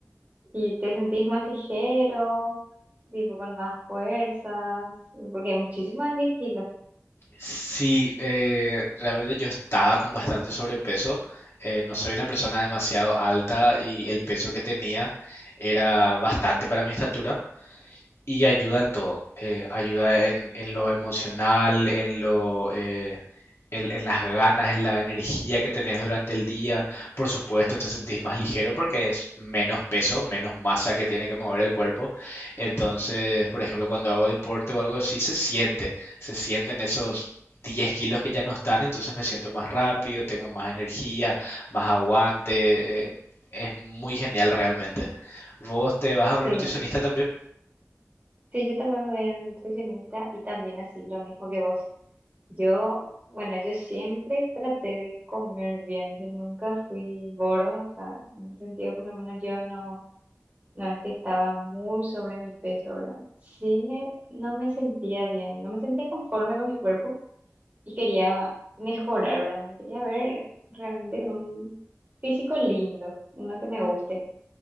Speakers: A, on the right; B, on the left.
A: Y te sentís más ligero, tipo con más fuerzas, porque muchísimo es 10 kilos.
B: Sí, eh, realmente yo estaba con bastante sobrepeso. eh, no soy una persona demasiado alta y el peso que tenía era bastante para mi estatura. y ayuda en todo. eh, ayuda en, en lo emocional, en lo, eh, en, en las ganas, en la energía que tenés durante el día. Por supuesto,
A: Sí,
B: te sentís más ligero porque es menos peso, menos masa que tiene que mover el cuerpo. Entonces, por ejemplo, cuando hago deporte o algo así, se siente. Se sienten esos 10 kilos que ya no están, entonces me siento más rápido, tengo más energía, más aguante. eh, Es muy genial realmente. ¿Vos te vas a un
A: sí.
B: nutricionista también?
A: Sí, yo también me voy a ir a un nutricionista y también así lo mismo que vos. Yo, bueno, yo siempre traté de comer bien, yo nunca fui gorda, o sea, en ese sentido por lo menos yo no, no es que estaba muy sobre mi peso, ¿verdad? Sí me, no me sentía bien, no me sentía conforme con mi cuerpo y quería mejorar, ¿verdad? Me quería ver realmente con un físico lindo, uno que me guste.